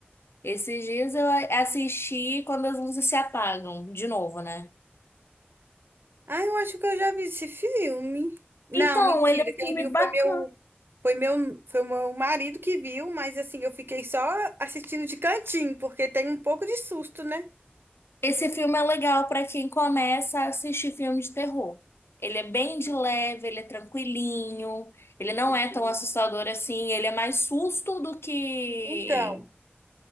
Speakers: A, on the left (about 85°); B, on the right (about 65°).
A: Esses dias eu a- assisti Quando as Luzes Se Apagam, de novo, né?
B: Ah, eu acho que eu já vi esse filme. Não,
A: Então,
B: mentira.
A: ele é um
B: Quem
A: filme
B: viu
A: bacana.
B: foi meu, foi meu, foi o meu marido que viu, mas assim, eu fiquei só assistindo de cantinho, porque tem um pouco de susto, né?
A: Esse filme é legal para quem começa a assistir filme de terror. Ele é bem de leve, ele é tranquilinho, ele não é tão assustador assim, ele é mais susto do que
B: Então.